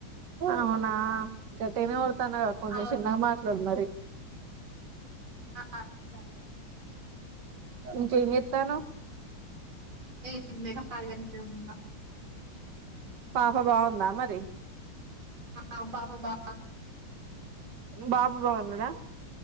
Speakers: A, on the right; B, on the right.
A: అవునా గట్టేగానే కోడు తనగా కొంచెం
B: అవును
A: చిన్నగా మాట్లాడు మరి
B: ఆ సరే
A: ఇంకేం చెత్తన్నావ్
B: ఎం లే కలిగానే ఉన్న
A: పాప బాగుందా మరి
B: పాప బాగుందా
A: బాబు బాగున్నాడా